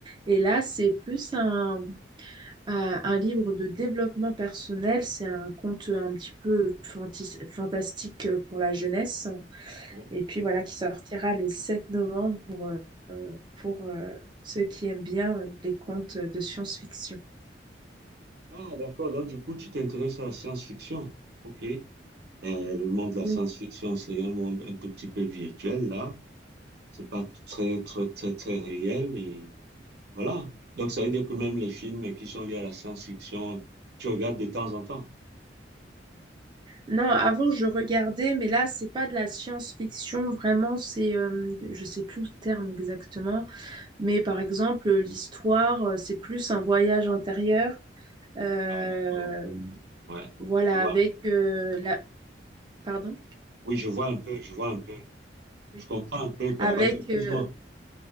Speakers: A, on the right (about 25°); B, on the right (about 60°).
A: Et là, c'est plus un, un un livre de développement personnel, c'est un conte un petit peu fantis- fantastique euh, pour la jeunesse.
B: Bon.
A: Et puis voilà, qui sortira le 7 novembre. euh, pour euh, ceux qui aiment bien euh, les contes de science-fiction.
B: Ah, d'accord. Donc, du coup, tu t'intéresses à la science-fiction. Ok. Euh, le monde de la
A: Oui.
B: science-fiction, c'est un monde un tout petit peu virtuel, là. C'est pas très, très, très, très réel. Et voilà. Donc, ça veut dire que même les films qui sont liés à la science-fiction, tu regardes de temps en temps.
A: Non, avant je regardais, mais là c'est pas de la science-fiction vraiment, c'est, euh, je sais plus le terme exactement, mais par exemple l'histoire, euh, c'est plus un voyage intérieur, euh,
B: Ah, d'accord. Ouais.
A: voilà,
B: Je vois.
A: avec euh, la, pardon,
B: Oui, je vois un peu, je vois un peu.
A: Oui.
B: Je comprends un peu, quoi.
A: avec
B: Vas-y, excuse-moi.
A: euh,